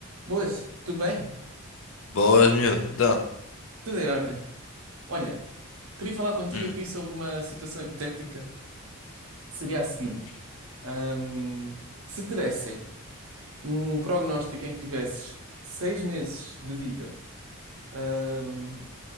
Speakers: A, on the right; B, on the left.
A: Boas, tudo bem?
B: Boas, miúdo. Então,
A: Tudo em ordem. Olha, queria falar contigo
B: hum.
A: aqui sobre uma situação hipotética que seria a seguinte:
B: hum.
A: Ahm, se te dessem um prognóstico em que tivesses seis meses de vida, ahm,